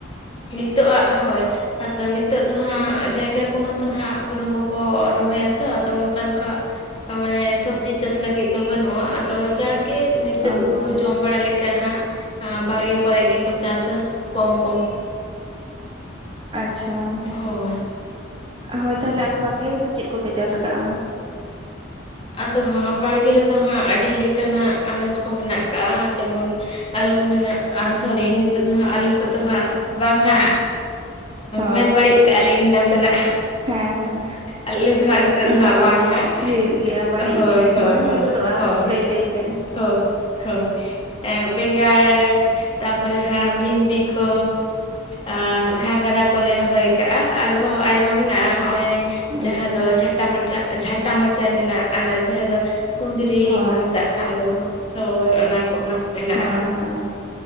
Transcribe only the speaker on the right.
ᱚ
ᱦᱚᱸ
ᱟᱪᱪᱷᱟ
ᱦᱳᱭ ᱛᱟᱦᱞᱮ ᱟᱫᱚ ᱵᱟᱲᱜᱮ ᱨᱮᱫᱚ ᱪᱮᱫ ᱠᱚᱯᱮ ᱪᱟᱥ ᱠᱟᱜᱼᱟ?
ᱦᱳᱭ
ᱦᱮᱸ ᱦᱮᱸ
ᱚᱱᱠᱟ
ᱦᱩᱭᱩᱜ ᱜᱮᱭᱟ ᱵᱟᱲᱤᱡ
ᱜᱮ
ᱢᱟᱱᱮ
ᱦᱩᱭ ᱜᱚᱫᱚᱜᱼᱟ
ᱞᱟᱹᱭ ᱞᱟᱹᱭᱛᱮ
ᱟᱪᱪᱷᱟ
ᱦᱳᱭ
ᱦᱳᱭ ᱦᱳᱭ